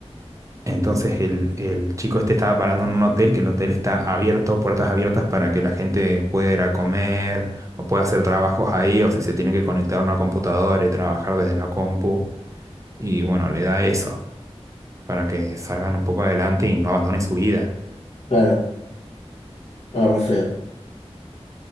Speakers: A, on the right; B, on the left.
A: entonces el, el chico este estaba parando en un hotel, que el hotel está abierto, puertas abiertas para que la gente pueda ir a comer o pueda hacer trabajos ahí, o si se tiene que conectar a una computadora y trabajar desde la compu. Y bueno, le da eso para que salgan un poco adelante y no abandonen su vida.
B: Claro. No, re feo.